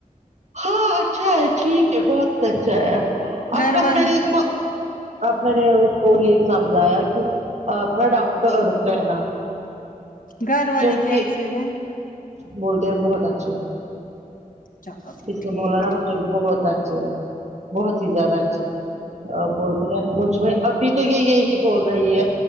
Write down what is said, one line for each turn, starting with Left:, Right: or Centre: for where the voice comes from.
Right: ہاں اچھا ہے ٹھیک ہے بہت اچھا ہے
Left: گھر
Right: اب بس
Left: وال
Right: میں نے اس کو اب میں نے اس کو یہ سمجھایا کہ آپ نا ڈاؤن ٹو ارتھ رہنا
Left: گھر والے
Right: کیونکہ
Left: کیسے ہیں
Right: بولتے ہیں بہت اچھے ہیں
Left: چلو پھر
Right: اس نے
Left: ٹھیک
Right: بولا نا مجھے بہت اچھے ہے بہت ہی زیادہ اچھے بولتے ہیں مجھ میں ابھی تو یہ یہی بول رہی ہے